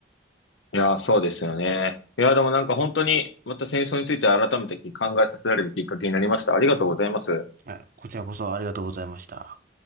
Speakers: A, on the left (about 80°); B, on the right (about 45°).
A: いやー、そうですよね。いやー、でもなんか本当にまた戦争について改めて考えさせられるきっかけになりました。ありがとうございます。
B: はい、こちらこそありがとうございました。